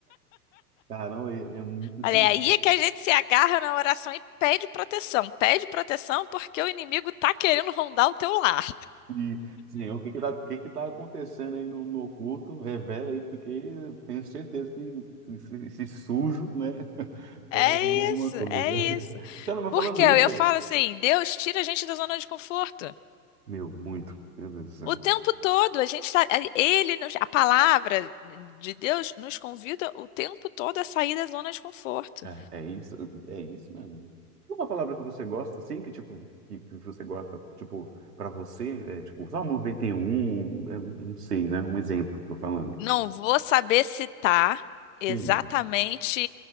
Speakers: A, on the right; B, on the left.
A: Caramba, é, é muito isso
B: Olha,
A: mesmo.
B: é aí que a gente se agarra na oração e pede proteção. Pede proteção porque o inimigo tá querendo rondar o teu lar.
A: Sim, sim, o que que tá, o que que tá acontecendo aí no, no oculto, revela aí, porque eu tenho certeza que esse, esse sujo, né, <laughs> tá
B: É
A: tomando alguma
B: isso,
A: coisa.
B: é
A: <laughs>
B: isso.
A: Cara, mas
B: Porque
A: falando nisso,
B: eu falo assim, Deus tira a gente da zona de conforto.
A: meu, muito, meu Deus do céu.
B: O tempo todo, a gente tá, ele nos- a palavra de Deus nos convida o tempo todo a sair da zona de conforto.
A: É, é isso, é isso mesmo. Uma palavra que você gosta, assim, que tipo, que, que você gosta, tipo, pra você, é tipo, Salmo 91, é, não sei, né, um exemplo, tô falando.
B: Não vou saber citar exatamente
A: Hum,